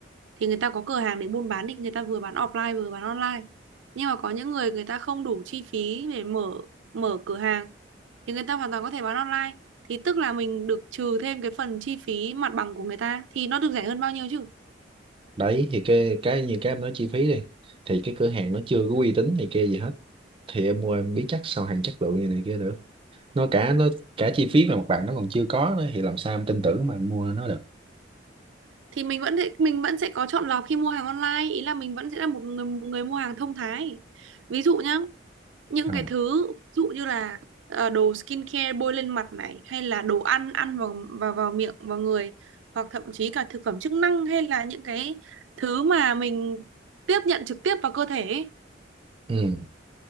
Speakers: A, on the right (about 85°); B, on the right (about 30°).
A: thì người ta có cửa hàng để buôn bán thì người ta vừa bán offline vừa bán online. Nhưng mà có những người người ta không đủ chi phí để mở mở cửa hàng thì người ta hoàn toàn có thể bán online. Thì tức là mình được trừ thêm cái phần chi phí mặt bằng của người ta thì nó được rẻ hơn bao nhiêu chứ?
B: đấy thì cái cái như cái em nói chi phí đi thì cái cửa hàng nó chưa có uy tín thì kia gì hết thì em mua em biết chắc sao hàng chất lượng như này kia được nó cả nó cả chi phí và mặt bằng nó còn chưa có nữa thì làm sao em tin tưởng mà em mua nó được
A: thì mình vẫn sẽ- mình vẫn sẽ có chọn lọc khi mua hàng online ý là mình vẫn sẽ là một người một người mua hàng thông thái ví dụ nhá những
B: à,
A: cái thứ ví dụ như là ờ, đồ skincare bôi lên mặt này hay là đồ ăn ăn vào vào vào miệng vào người hoặc thậm chí cả thực phẩm chức năng hay là những cái thứ mà mình tiếp nhận trực tiếp vào cơ thể ấy.
B: ừ,